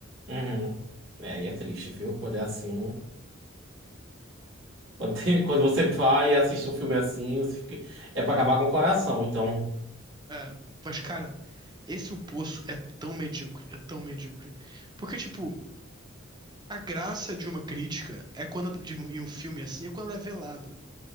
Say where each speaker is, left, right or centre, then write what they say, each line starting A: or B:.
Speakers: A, on the right; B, on the right.
A: Uhum. É, aí é triste, viu? <laughs> Quando é assim. Quando, tem- <laughs> quando você vai e assiste um filme assim, você fica- é pra acabar com o coração, então.
B: É, mas, cara, esse O Poço é tão medíocre, é tão medíocre. Porque, tipo, a graça de uma crítica é quando, de um, em um filme assim, é quando ela é velada.